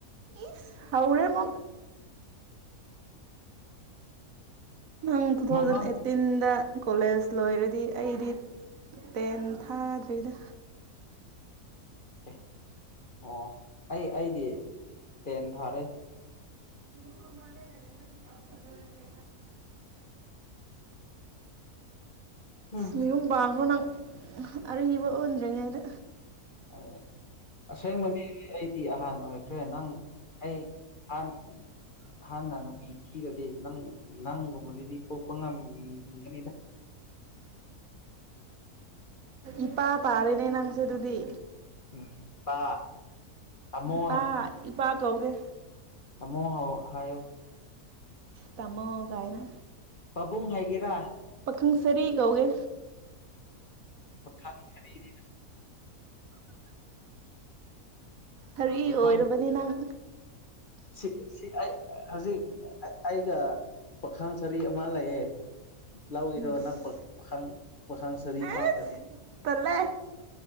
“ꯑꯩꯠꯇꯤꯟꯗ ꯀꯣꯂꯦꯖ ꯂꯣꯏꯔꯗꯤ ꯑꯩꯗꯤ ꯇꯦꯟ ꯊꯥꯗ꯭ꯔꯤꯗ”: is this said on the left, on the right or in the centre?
Right